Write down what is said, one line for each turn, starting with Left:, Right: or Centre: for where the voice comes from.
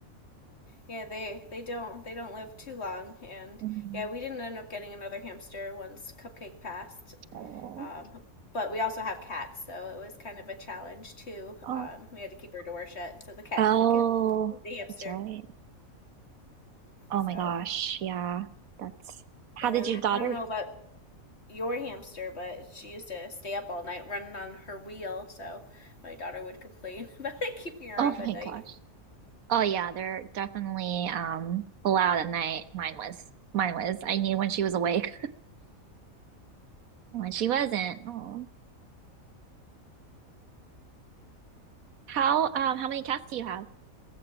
Left: Yeah, they they don't they don't live too long, and
Right: Mm.
Left: yeah, we didn't end up getting another hamster once Cupcake passed.
Right: Oh.
Left: Um, but we also have cats, so it was kind of a challenge too.
Right: Oh.
Left: Um, we had to keep our door shut so the cat
Right: Oh,
Left: didn't get the hamster.
Right: that's right. Oh
Left: So,
Right: my gosh. Yeah. That's how
Left: and
Right: did
Left: then
Right: your daughter?
Left: I don't know about your hamster, but she used to stay up all night running on her wheel, so my daughter would complain <laughs> about it keeping her
Right: Oh
Left: up at
Right: my
Left: night.
Right: gosh. Oh yeah, they're definitely um loud at night. Mine was. Mine was. I knew when she was awake and when she wasn't. Oh. How um how many cats do you have?